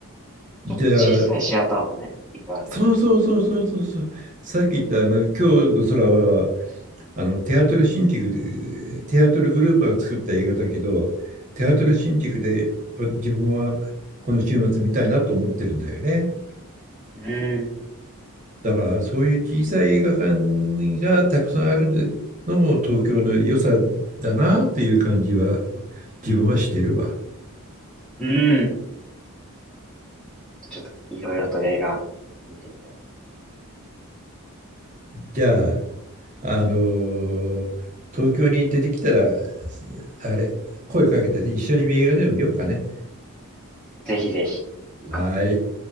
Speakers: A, on the right (about 35°); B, in the centre.
A: じゃあ、
B: ちょっと小さいシアターもね、いっぱいあるから。
A: そうそうそうそうそうそう。さっき言ったあの今日の空はあのテアトルシンティクでテアトルグループが作った映画だけど、テアトルシンティクで自分はこの週末見たいなと思ってるんだよね。
B: うん。
A: だからそういう小さい映画館がたくさんあるのも東京の良さだなという感じは自分はしてるわ。
B: うん。ちょっといろいろと映画見てみたい。
A: じゃあ、あのー東京に出てきたら、あれ、声かけて一緒に映画でも見ようかね。
B: ぜひぜひ、行こう。
A: はい。